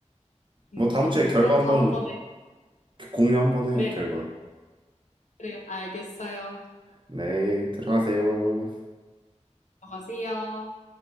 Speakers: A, on the left (about 80°); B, on the right (about 40°).
A: 음,
B: 뭐 다음
A: 저도요.
B: 주에 결과
A: 그럼
B: 한번
A: 다음번에,
B: 공유 한번 해요,
A: 네.
B: 결과.
A: 그래, 알겠어요.
B: 네, 들어가세요.
A: 들어가세요.